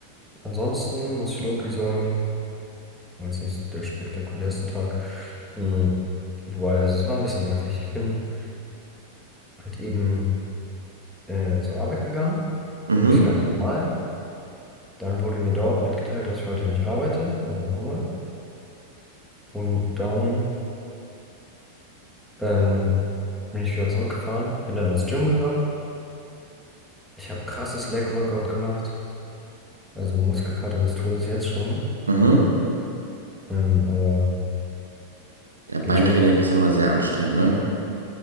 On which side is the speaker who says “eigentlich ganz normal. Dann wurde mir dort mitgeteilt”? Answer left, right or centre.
Centre